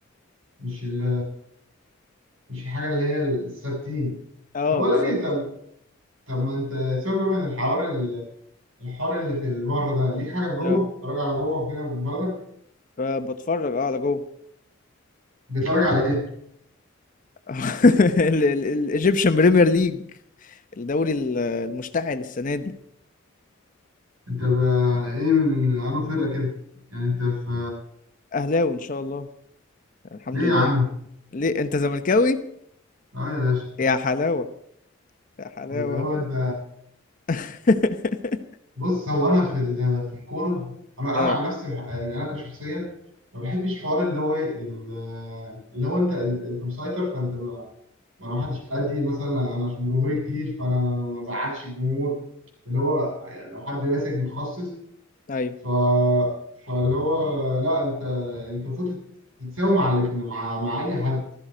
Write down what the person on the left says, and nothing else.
اه
بالظبط
اه
فبتفرج اه على جوه
<laughs> الايجيبشن بريمير ليج <laughs> الدوري ال- المشتعل السنه دي
اهلاوي ان شاء الله الحمد
لله
ليه انت زملكاوي
يا حلاوه يا حلاوه
<laughs>
اه
ايوه